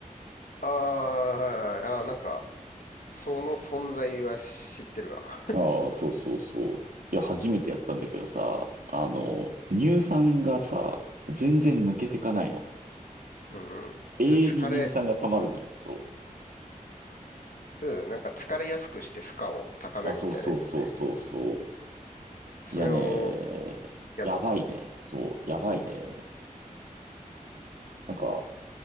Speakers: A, on the left (about 85°); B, on the right (about 80°).
A: あーはいはいあー、なんか、その存在は知ってるわ。<laughs>
B: ああ、そうそうそう。いや、初めてやったんだけどさ、あの、乳酸がさ、全然抜けてかないの。
A: うんうん。
B: 永遠に乳酸が溜まるのよ。
A: それ疲れ、
B: そ
A: うん、なんか疲れやすくして負荷を高めるみたいなやつだよね。
B: う。あ、そうそうそうそうそう。
A: それを
B: いやね、
A: やったんだ。
B: やばいね。そう、やばいね。なんか、